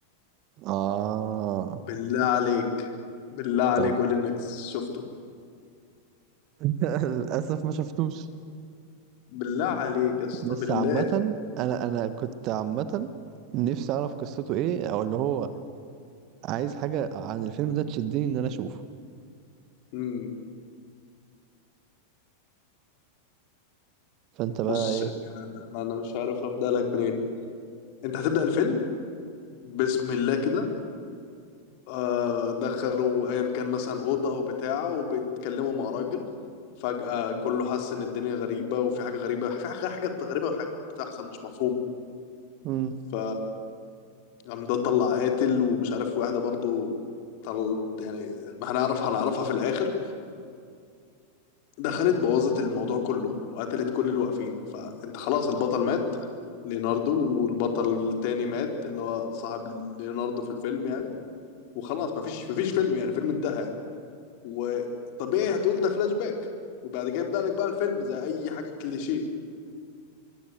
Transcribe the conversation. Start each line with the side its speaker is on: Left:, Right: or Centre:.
Right: اه
Left: بالله عليك بالله عليك
Right: طب
Left: قول لي انك شفته
Right: <laughs> للاسف ما شفتوش
Left: بالله عليك يا اسطى
Right: بس
Left: بالله
Right: عامه انا انا كنت عامه نفسي اعرف قصته ايه او اللي هو عايز حاجه عن الفيلم ده تشدني ان انا اشوفه
Left: امم
Right: فانت بقى
Left: بص
Right: ايه
Left: يعني انا انا انا مش عارف ابدا لك منين انت هتبدا الفيلم بسم الله كده آه دخلوا ايا كان مثلا اوضه او بتاعه وبيتكلموا مع راجل فجاه كله حس ان الدنيا غريبه وفي حاجه غريبه في حاجه حاجه غريبه وحاجه بتحصل مش مفهومه
Right: امم
Left: ف قام ده طلع قاتل ومش عارف واحده برضو طل يعني ما هنعرف هنعرفها في الاخر دخلت بوظت الموضوع كله وقتلت كل اللي واقفين فانت خلاص البطل مات ليوناردو والبطل التاني مات اللي هو صاحب ليوناردو في الفيلم يعني وخلاص مفيش مفيش فيلم يعني فيلم انتهى يعني وطبيعي هتقول ده فلاش باك وبعد كده يبدأ لك بقى الفيلم زي اي حاجة كليشيه